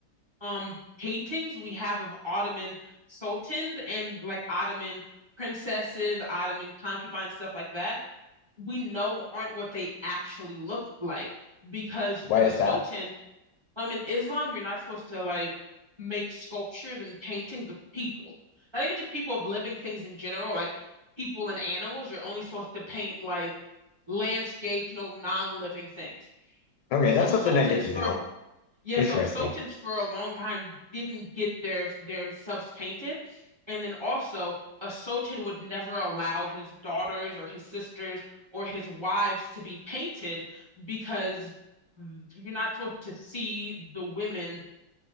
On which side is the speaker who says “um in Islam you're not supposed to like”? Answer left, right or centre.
Right